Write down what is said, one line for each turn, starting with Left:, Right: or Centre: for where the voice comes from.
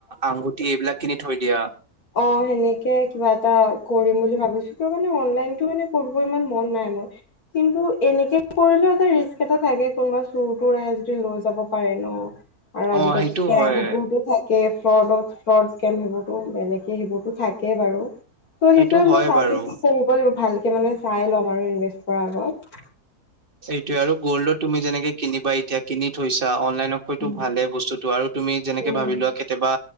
Right: আঙুঠি এইবিলাক কিনি থৈ দিয়া
Left: অহ সেনেকে কিবা এটা কৰিম বুলি ভাবিছোঁ সেইটো কাৰণে তো মানে অনলাইনতো মানে কৰিব ইমান মন নাই মোৰ কিন্তু এনেকে কৰিলেও এটা ৰিক্সি এটা থাকে কোনোবা চুৰ তুৰ আহে যদি লৈ যাব পাৰে ন আৰু আজিকালি
Right: অ সেইটো
Left: সেয়া
Right: হয়
Left: বহুতো থয় সেই ফ্ৰড ফ্ৰড ইক্সেম সেইবোৰতো বেলেগ সেইবোৰতো থাকেই বাৰু ত'
Right: সেইটো
Left: সেইটোৱে
Right: হয়
Left: মই চাই
Right: বাৰু
Left: চিন্তি কৰিব লাগিব ভালকে মানে চাই ল'ম আৰু ইনভেষ্ট কৰাৰ আগত
Right: এইটোৱে আৰু গ'ল্ডত তুমি যেনেকে কিনিবা এতিয়া কিনি থৈছা অনলাইনত সমূহ হয়তো
Left: উম
Right: ভালে বস্তুতো আৰু তুমি যেনেকে
Left: উম
Right: ভাবি লোৱা কেতিয়াবা